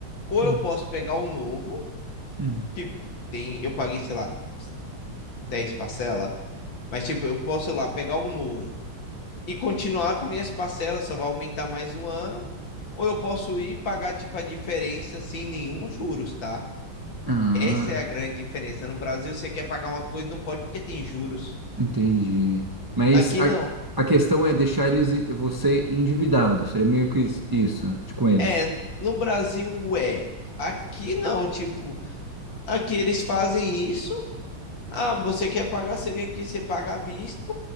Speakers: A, on the left; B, on the right.
A: Ou
B: Hum.
A: eu posso pegar o novo,
B: Hum.
A: tipo, tem, eu paguei, sei lá, 10 parcelas, mas tipo, eu posso ir lá pegar o novo e continuar com minhas parcelas, só vai aumentar mais um ano, ou eu posso ir pagar tipo a diferença sem nenhum juros, tá?
B: Ah.
A: Essa é a grande diferença. No Brasil você quer pagar uma coisa, não pode porque tem juros.
B: Entendi. Mas
A: Aqui
B: a,
A: não.
B: a questão é deixar eles você endividado. Seria meio que is- isso, de- com eles.
A: É, no Brasil é. Aqui não, tipo, aqui eles fazem isso Ah, você quer pagar, você vem aqui, você paga à vista.